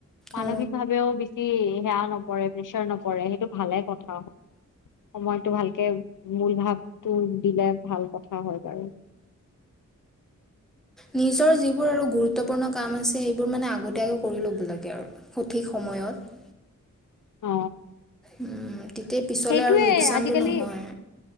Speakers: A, on the left; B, in the centre.
A: মানসিক
B: অ
A: ভাৱেও বেছি সেয়া নপৰে প্ৰেচাৰ নপৰে সেইটো ভালে কথা সময়টো ভালকে মূল ভাৱটো দিলে ভাল কথা হয় বাৰু <unintelligible>
B: নিজৰ যোৰ আৰু গুৰুত্বপূৰ্ণ কাম আছে সেইোৰগ কৰি লব ল আৰু সঠ সময়ত
A: অ
B: উম তেতিয়া পিছলে
A: সেইটোয়ে
B: আৰু লোকচানটো
A: আজিকালি
B: নহয়